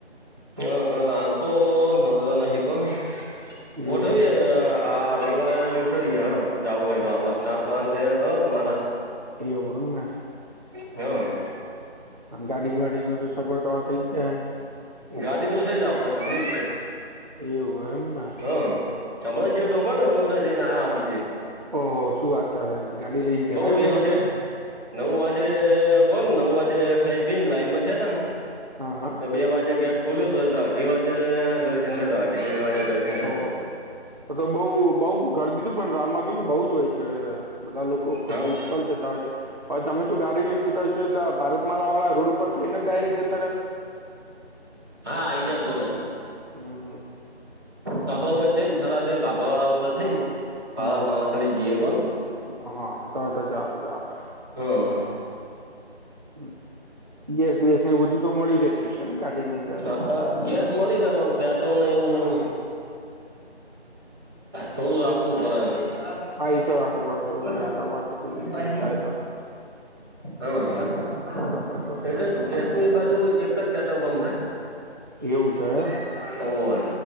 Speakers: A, on the right; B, on the right.
A: ત્યોં અ હાલતો નવરા નહી, પણ ગોઠવીએ
B: એવું
A: આ આ રવિવારે ગોઠવીએ હાલો, જાવું હોય તો, આપડે સ્ટાફ વાન તૈયાર કરો તમારા.
B: ફેવરુના
A: હા
B: આમ ગાડી વાડી નુ તો સગવડ તમાર થઇજ જાહે.
A: ગાડી તો છે જ આપડા ઘરની
B: અવુ એમને.
A: હા, અમણાં જ ગયો તો કોન રણુજા જઈને આવ્યો બીજે
B: ઓહો! શું વાત કરે, ગાડી લઈને ગયા
A: બઉ
B: હતા એમ રણુજા.
A: યાર ઠેઠ નવ વાજે, કોણ નવ વાજે ખાઈ પીને લાઈન માં થયાતા ન.
B: હા હા
A: બે વાજે ગેટ ખુલ્યો તો, એટલે અઢી વાજે દર્શન થયાતા અઢી બે વાજે દર્શન થયાતા.
B: ઓ તો તો બઉ બઉ ગરદી તુ પણ, રામાંબી બઉજ હોય છે, બધા લોકો
A: હતા
B: કોસ
A: હા
B: કળ જતા હોય છે, તમે તું ગાડી લઈને જતા હોયશો એટલે ભારતમાળા વાળા રોડ ઉપર થઈ ને ડાયરેક્ટ જ
A: હા ઇજ ગોરા
B: હમ
A: કાપડા બથીન થારા દીન બાપા થીન બાળર
B: હા
A: મા સાડી જીએ કોણ
B: હા તો તો ચાલૂઝ ચલે
A: હા
B: હ ગેસ બેેસ ને બધું તો મળી રહેેતું હોય શે ને ગાડીની અંદર.
A: હ હા ગેસ મળી જાય પણ પેટ્રોલ એવું થોડું રાખવું પડે.
B: હા એ તો રાખવું પડે થોડું
A: વા
B: આકાબાસું કોઈ જગ્યાએ થાય તો
A: હમ એટલે
B: સો ટકા સો ટકા
A: શું ગેસ નું એ બાજુ એક જ પેટ્રોલ પં્પ હોય. <unintelligible>
B: એવું છે એમ
A: તો આ,